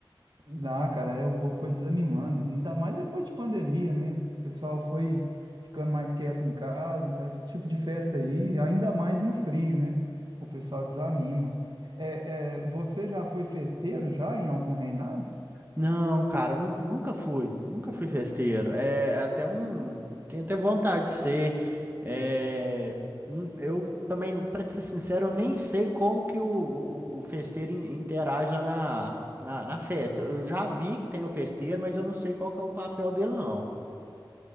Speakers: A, on the right; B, on the right.
A: Dá, cara, é, o povo foi desanimando, ainda mais depois de pandemia, né? O pessoal foi ficando mais quieto em casa, então esse tipo de festa aí, ainda mais no frio, né? O pessoal desanima. É, é, você já foi festeiro já em algum reinado?
B: Não, cara, nu- nunca fui, nunca fui festeiro. É, é até um, tenho até vontade de ser. É, hum, eu também, pra te ser sincero, eu nem sei como que o, o, o festeiro in- interage lá na, na, na festa. Eu já vi que tem o festeiro, mas eu não sei qual que é o papel dele, não.